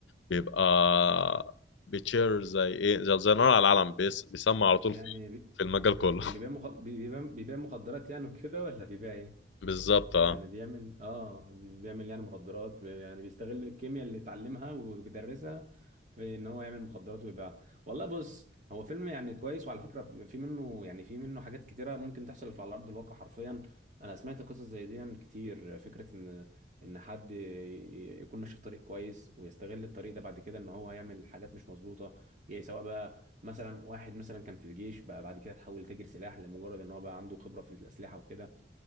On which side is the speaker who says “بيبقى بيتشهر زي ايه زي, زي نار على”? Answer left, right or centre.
Left